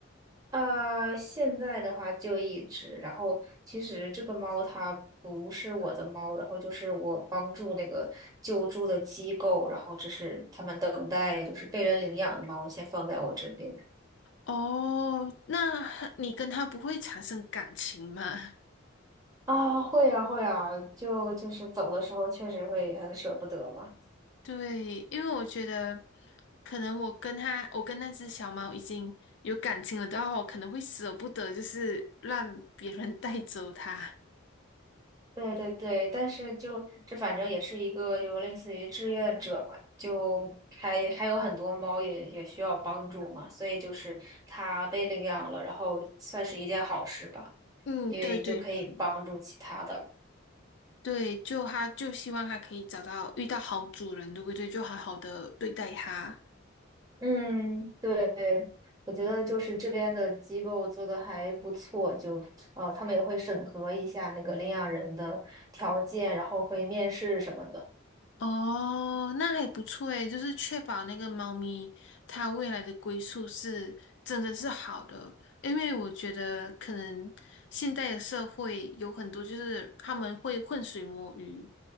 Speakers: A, on the right; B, on the left.
A: 啊，现在的话就一只，然后其实这个猫它不是我的猫，然后就是我帮助那个救助的机构，然后这是他们等待就是被人领养的猫，先放在我这边。
B: 哦，那你跟它不会产生感情吗？
A: 啊，会呀会呀，就就是走的时候确实会很舍不得吧。
B: <laughs> 对，因为我觉得可能我跟它，我跟那只小猫已经有感情了的话，我可能会舍不得，就是让别人带走它。
A: 对对对，但是就这反正也是一个就类似于志愿者嘛，就还还有很多猫也也需要帮助嘛，所以就是它被领养了，然后算是一件好事吧，
B: 嗯，
A: 因为就可以帮助其他的了。
B: 对对对。对，就他就希望他可以找到遇到好主人，对不对？就好好的对待它。
A: 嗯，对，我觉得就是这边的机构做的还不错，就呃他们也会审核一下那个领养人的条件，然后会面试什么的。
B: 哦，那还不错诶，就是确保那个猫咪它未来的归宿是真的是好的，因为我觉得可能现代的社会有很多就是他们会浑水摸鱼，